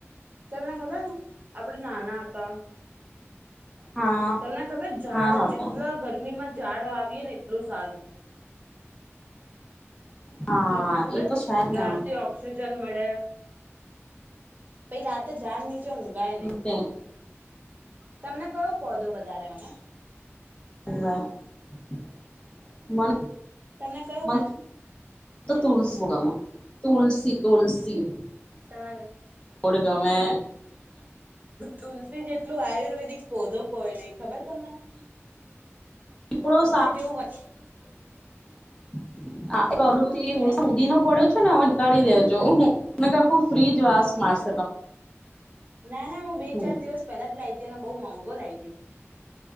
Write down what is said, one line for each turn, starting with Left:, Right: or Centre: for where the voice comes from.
Right: તમને ખબર આપડ નાના હતા,
Left: હા
Right: તમને ખબર ઝાડ
Left: હા હતા
Right: જેટલા ગરમીમાં ઝાડ વાવીએ ને એટલું સારું
Left: હા
Right: તો આપને ખબર
Left: એ તો છે
Right: જાારથી
Left: જ ને
Right: ઓક્સિજન <unintelligible> પછ રાતે જાન ન ઊઘાય નહી,
Left: તે
Right: તમને કયો પધો વધારે ગમે
Left: <unintelligible> મને
Right: મેં કહ્યું
Left: મને
Right: ને
Left: તો તુલસી-તુલસી તુલસી.
Right: તમારે
Left: કોડ ગમે
Right: તુલસી જેટલું આયુર્વેદિક પૌધો કોઈ નય ખબર તમને
Left: પીપળો
Right: ત જેવું.
Left: <unintelligible>
Right: હે
Left: ઉધી નો પડ્યો છે, ને હવે ળી દેજો આખું ફ્રીજ વા માસ
Right: ના ના હું બે
Left: હમ
Right: ચાર દિવસ પહેલા જ લાવી ત અને બહ મોંઘો લાવી હતી.